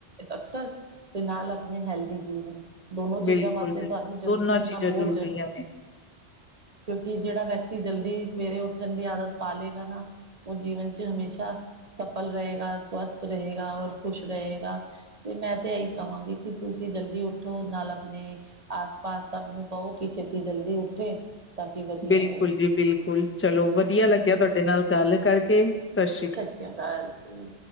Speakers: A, on the right; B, on the left.
A: ਅਕਸਰ ਦੇ ਨਾਲ ਆਪਣੇ ਹੈਲਦੀ ਜੀਵਨ ਦੋਨੋ ਚੀਜ਼ਾਂ
B: ਬਿਲਕੁਲ
A: ਵਾਸਤੇ
B: ਬਿਲਕੁਲ
A: ਸਾਨੂੰ ਜਲਦੀ
B: ਦੋਨਾਂ
A: ਉੱਠਣਾ
B: ਚੀਜ਼ਾਂ
A: ਬੋਤ
B: ਜ਼ਰੂਰੀਆਂ
A: ਜ
B: ਨੇ
A: ਕਿਉਂਕਿ ਜੇੜਾ ਵਿਅਕਤੀ ਜਲਦੀ ਸਵੇਰੇ ਉੱਠਣ ਦੀ ਆਦਤ ਪਾ ਲਏਗਾ ਨਾ ਓ ਜੀਵਨ 'ਚ ਹਮੇਸ਼ਾ ਸਫਲ ਰਏਗਾ ਸਵਸਥ ਰਏਗਾ ਔਰ ਖੁਸ਼ ਰਏਗਾ। ਤੇ ਮੈਂ ਤਾਂ ਇਹੀ ਕਵਾਂਗੀ ਕਿ ਤੁਸੀਂ ਜਲਦੀ ਉੱਠੋ ਨਾਲ ਆਪਣੇ ਆਸ ਪਾਸ ਸਭ ਨੂੰ ਕਹੋ ਕਿ ਛੇਤੀ ਜਲਦੀ ਉੱਠੇ। ਤਾਂ ਕਿ ਵਧੀਆ
B: ਬਿਲਕੁਲ
A: ਰਹੇ।
B: ਜੀ ਬਿਲਕੁਲ ਚਲੋ ਵਧੀਆ ਲੱਗਿਆ ਤੁਹਾਡੇ ਨਾਲ ਗੱਲ ਕਰਕੇ ਸਤਿ ਸ਼੍ਰੀ
A: ਸਤਿ ਸ਼੍ਰੀ ਅਕਾਲ ਜੀ।